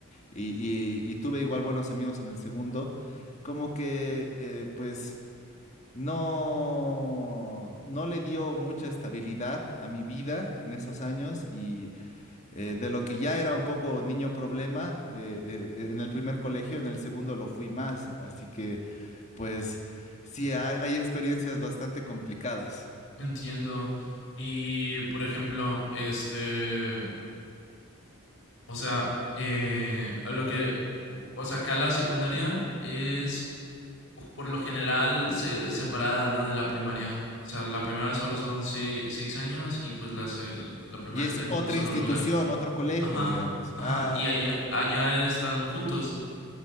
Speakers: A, on the left; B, on the left.
A: y, y- y tuve igual buenos amigos en el segundo, como que eh, pues... No, no le dio mucha estabilidad a mi vida en esos años y eh, de lo que ya era un poco niño problema, eh, eh, en el primer colegio, en el segundo lo fui más. Así que, pues, sí, hay, hay experiencias bastante complicadas.
B: Entiendo. Y, por ejemplo, este, o sea, eh, a lo que, o sea, acá la secundaria es pues, por lo general se, separada, ¿no? De la primaria. O sea, la primaria solo son se- seis años y pues la, se- la primaria
A: Y es
B: está en
A: otra
B: un solo
A: institución,
B: lugar.
A: otro colegio,
B: Ajá,
A: digamos.
B: ajá.
A: Ah,
B: Y allá, allá están juntos.